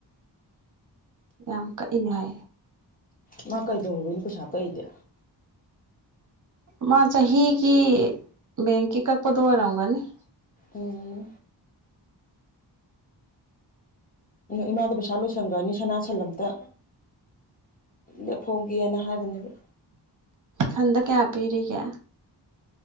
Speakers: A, on the right; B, on the left.
A: ꯌꯥꯝ ꯀ ꯍꯥꯏ
B: ꯉ ꯀꯩꯗꯧꯅ ꯄꯩꯁꯥꯇꯏꯗꯦ
A: ꯃꯥ ꯆꯍꯤꯒꯤ ꯕꯦꯡꯒꯤ ꯀꯛꯄꯗꯣ ꯑꯣꯏꯔꯝꯒꯅꯤ <inaudible>
B: ꯎꯝ ꯏꯃꯥꯗ ꯄꯩꯁꯥ ꯂꯣꯏꯁꯟꯈ꯭ꯔꯅꯤ ꯁꯅꯥꯁꯟ ꯑꯝꯇ ꯂꯦꯞꯐꯧꯒꯦꯅ ꯍꯥꯏꯕꯅꯦꯕ
A: ꯍꯟꯗ ꯀꯌꯥ ꯄꯤꯔꯤꯒꯦ